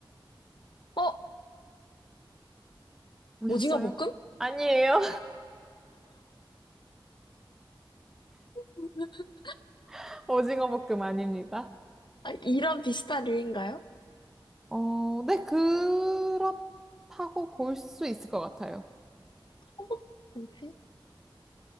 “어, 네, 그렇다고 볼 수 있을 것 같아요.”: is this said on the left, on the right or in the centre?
Centre